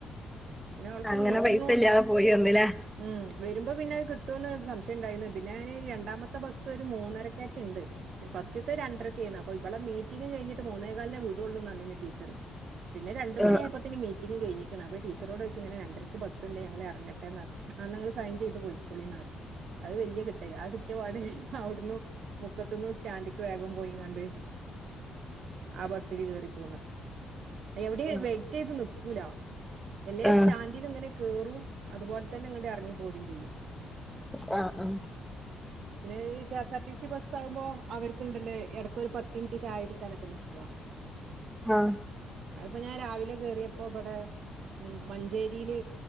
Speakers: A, on the right; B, in the centre.
A: പിന്നെ അവൾക്ക്
B: അങ്ങനെ
A: മീറ്റിങ്ങും
B: പൈസ ഇല്ലാതെ പോയി വന്നില്ലേ?
A: ഉം വരുമ്പോ പിന്നെ അത് കിട്ടുമെന്ന് സംശയം ഉണ്ടായിരുന്നു. പിന്നെ രണ്ടാമത്തെ ബസ് ഒരു മൂന്നരക്കേറ്റ് ഉണ്ട്. ഫസ്റ്റിലത്തെ രണ്ടരയ്ക്കായിരുന്നു. അപ്പൊ ഇവളെ മീറ്റിങ്ങ്കഴിഞ്ഞിട്ട് മൂന്നേ കാലിനെ വിടുള്ളൂന്ന് പറഞ്ഞു ടീച്ചർ. പിന്നെ രണ്ട്
B: ആ
A: മണിയായപ്പോ തന്നെ മീറ്റിങ്ങ്കഴിഞ്ഞേക്കണു അപ്പം ടീച്ച രോട് ചോദിച്ച് ഇങ്ങനെ രണ്ടരയ്ക്ക് ബസ് ഉണ്ട് ഞങ്ങള് ഇറങ്ങട്ടെ എന്ന് പറഞ്ഞു. ആ നിങ്ങള് സൈൻ ചെയ്ത് പോയിക്കോളിന്ന് പറഞ്ഞു. അത് വലിയ കിട്ടല് ആ കിട്ടിയപാട് അവിടന്നും മുക്കത്തുന്നും സ്റ്റാന്റിലേക്ക് വേഗം പോയിങാണ്ട് ആ ബസില് കയറി പോന്ന് എവിടെയും
B: ആ ആ
A: വെറ്റ് ചെയ്ത് നിക്കൂല. എല്ലാംസ്റ്റാന്റിലും
B: ആ
A: ഇങ്ങനെ കേറും അതുപോലെ തന്നെ ഇങ്ങോട്ട് ഇറങ്ങി പോരുകയും ചെയ്യും.
B: ആ ആ
A: വിടെ ഈ K, S, R, T, C, bus ആകുമ്പോ അവർക്കുണ്ടല്ലേ ഇടക്ക് ഒരു പത്തുമിനിറ്റ് ചായകുടിക്കാനൊക്കെ നിർത്തുക.
B: ആ
A: അതിപ്പോ ഞാൻ രാവിലെ കേയറിയപ്പോ ഇവിടെ ഉം മഞ്ചേരിയില്